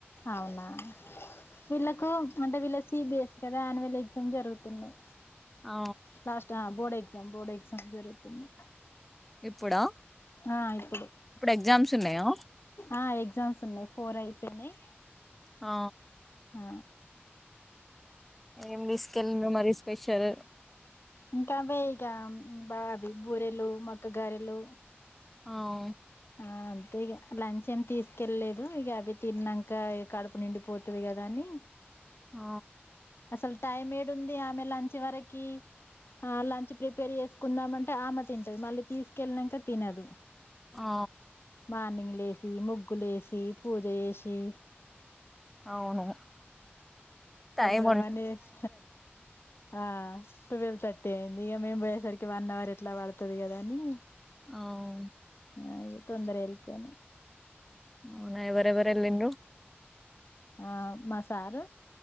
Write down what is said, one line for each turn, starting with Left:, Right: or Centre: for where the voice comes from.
Left: అవునా వీళ్ళలకు అంటే వీళ్ళ సిబిఎస్ కదా యాన్యుల్ ఎగ్జామ్ జరుగుతున్నాయి
Centre: ఆ
Left: రాస్ట్రాన్ బోడే ఎగ్జామ్ బోర్డు ఎగ్జామ్ జరుగుతున్నాయి
Centre: ఇప్పుడా
Left: ఆ ఇప్పుడు
Centre: ఎగ్జామ్స్ ఉన్నాయా
Left: ఆ ఎ ఎగ్జామ్స్ ఉన్నాయ్ ఫోర్ అయిపోయినాయి
Centre: ఆ
Left: ఆ
Centre: ఏం తీసుకెళ్నవ్ మరి స్పెషల్
Left: ఇంకా అ బే ఇగ బావి బూరెలు మక్కగారెలు
Centre: అఓ
Left: ఆ అంతే ఇక లంచ్ ఏమి తీసుకెళ్ళలేదు ఇక అవి తిన్నాక ఇక కడుపు నిండిపోతుంది కదా అని
Centre: ఆ
Left: అసలు టైం ఏడు ఉంది. ఆమె లంచ్ వరకి ఆ లంచ్ ప్రిపేర్ చేసుకుందామంటే ఆమె తింటది. మళ్ళీ తీసుకెళ్ళనాక తినదు.
Centre: ఆ
Left: మా నింగ్ లేస్ ముగ్గులు వేసి పూజ చేసి
Centre: అవును టైమ్
Left: బవానేష్ ఆ అ ట్వెల్వ్ థర్టీ అయింది ఇక మేము పోయేసరికి వన్ అవర్ ఎట్లా పడుతుంది కదా అని
Centre: అవు
Left: అ తొందరగ వెల్పేన
Centre: అవునా ఎవరెవరు ఎల్లిండ్రు
Left: ఆ మసారు